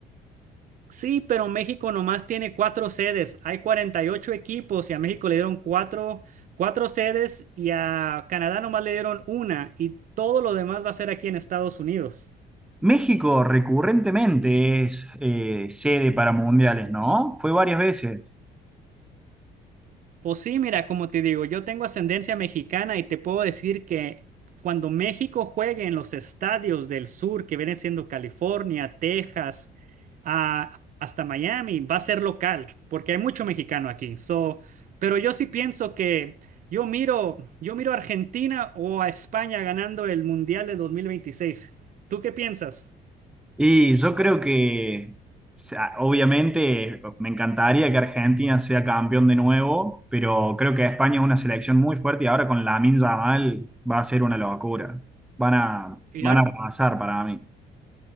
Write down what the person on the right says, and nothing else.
Sí, pero México nomás tiene cuatro sedes. Hay 48 equipos y a México le dieron cuatro, cuatro sedes y a Canadá nomás le dieron una y todo lo demás va a ser aquí en Estados Unidos.
Pues sí, mira, como te digo, yo tengo ascendencia mexicana y te puedo decir que cuando México juegue en los estadios del sur, que vienen siendo California, Texas, a- hasta Miami, va a ser local, porque hay mucho mexicano aquí. So, pero yo sí pienso que yo miro, yo miro a Argentina o a España ganando el Mundial de 2026. ¿Tú qué piensas?
Y,
ahora-